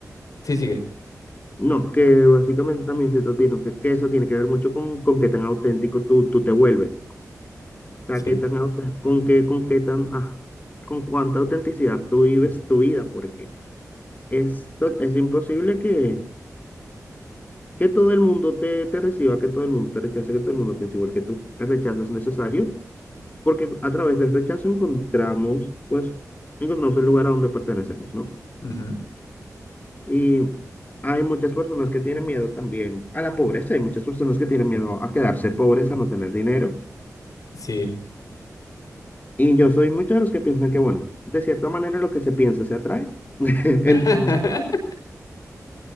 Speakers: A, on the left; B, on the left.
A: Sí, sigue.
B: no, que básicamente también se tiene que, que eso tiene que ver mucho con, con qué tan auténtico tú, tú te vuelves. O
A: Sí.
B: sea, qué tan auten- con qué, con qué tan, ah, con cuánta autenticidad tú vives tu vida, porque es, to- es imposible que, que todo el mundo te, te reciba, que todo el mundo te rechace, que todo el mundo piense igual que tú. El rechazo es necesario, porque a través del rechazo encontramos, pues, encontramos el lugar a donde pertenecemos, ¿no?
A: Ujú,
B: Y hay muchas personas que tienen miedo también a la pobreza, hay muchas personas que tienen miedo a quedarse pobres, a no tener dinero.
A: Sí.
B: Y yo soy muchos de los que piensan que, bueno, de cierta manera lo que se piensa se atrae. <laughs> Entonces,
A: <laughs>